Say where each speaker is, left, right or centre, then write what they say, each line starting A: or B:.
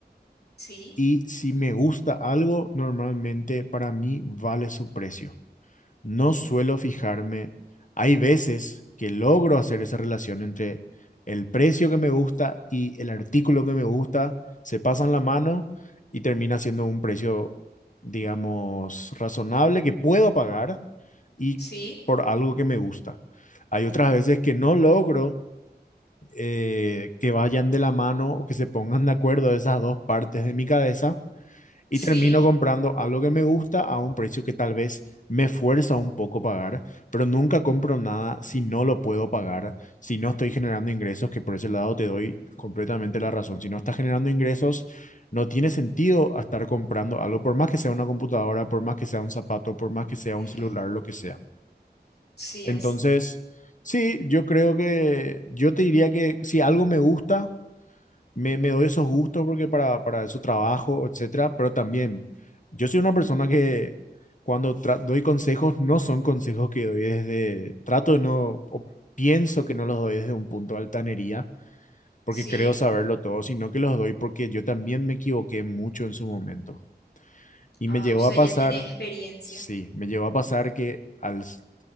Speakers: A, on the left; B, on the left.
A: ¿sí?
B: y si me gusta algo, normalmente para mí vale su precio. no suelo fijarme. Hay veces que logro hacer esa relación entre el precio que me gusta y el artículo que me gusta, se pasan la mano y termina siendo un precio, digamos, razonable que puedo pagar y
A: ¿Sí?
B: por algo que me gusta. Hay otras veces que no logro eh, que vayan de la mano o que se pongan de acuerdo esas dos partes de mi cabeza y
A: ¿Sí?
B: termino comprando algo que me gusta a un precio que tal vez me fuerza un poco pagar, pero nunca compro nada si no lo puedo pagar, si no estoy generando ingresos, que por ese lado te doy completamente la razón. Si no estás generando ingresos, no tiene sentido estar comprando algo, por más que sea una computadora, por más que sea un zapato, por más que sea
A: No.
B: un celular, lo que sea.
A: Sí,
B: Entonces,
A: así.
B: sí, yo creo que yo te diría que si algo me gusta, me, me doy esos gustos porque para, para eso trabajo, etcétera, pero también yo soy una persona que cuando tra- doy consejos, no son consejos que doy desde, trato de no, o pienso que no los doy desde un punto de altanería, porque
A: ¿Sí?
B: creo saberlo todo, sino que los doy porque yo también me equivoqué mucho en su momento. Y
A: Ah,
B: me llegó
A: o sea,
B: a pasar,
A: ya tenés experiencia.
B: sí, me llegó a pasar que al, s-